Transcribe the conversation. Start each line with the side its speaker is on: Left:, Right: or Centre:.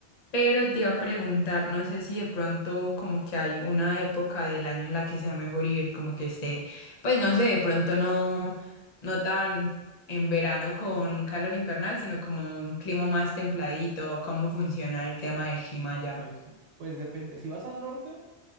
Left: pero te iba a preguntar, no sé si de pronto como que hay una época del año en la que sea mejor ir, como que esté, pues no sé, de pronto no, no tan en verano con un calor infernal, sino como un clima más templadito, cómo funciona el tema del clima allá.
Right: Sí, sí, sí. Pues depende. Si vas al norte,